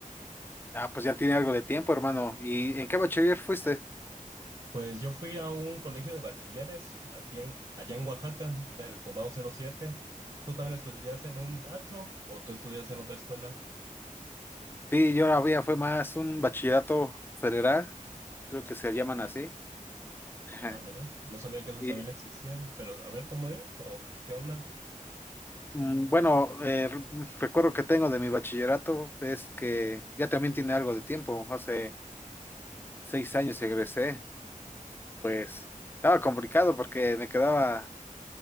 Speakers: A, on the left; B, on the right.
A: Ah, pues ya tiene algo de tiempo, hermano. ¿Y en qué bachiller fuiste?
B: Pues yo fui a un colegio de bachilleres aquí en, allá en Oaxaca, era el Cobao cero siete. ¿Tú también estudias en un bacho o tú estudias en otra escuela?
A: Sí, yo la había, fue más un bachillerato federal, creo que se llaman así. <laughs>
B: Ah, mira, no sabía que esos
A: Y
B: también existían, pero a ver cómo es o qué onda.
A: mm, bueno, eh, r- mm, recuerdo que tengo de mi bachillerato es que ya también tiene algo de tiempo. Hace seis años egresé. Pues estaba complicado porque me quedaba